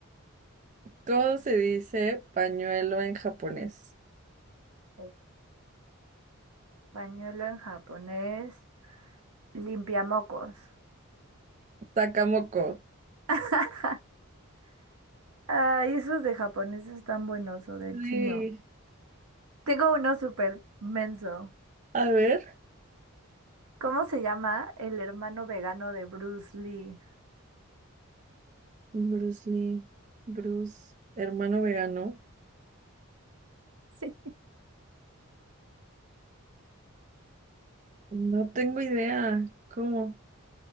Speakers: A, on the right; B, on the right.
A: ¿Cómo se dice pañuelo en japonés?
B: Eh, Pañuelo en japonés, limpiamocos.
A: Sakamoko.
B: <laughs> Ay, esos de japoneses están buenos o del
A: Sí.
B: chino. Tengo uno súper menso.
A: A ver,
B: ¿Cómo se llama? El hermano vegano de Bruce Lee.
A: Bruce Lee, Bruce, hermano vegano.
B: Sí.
A: No tengo idea. ¿Cómo?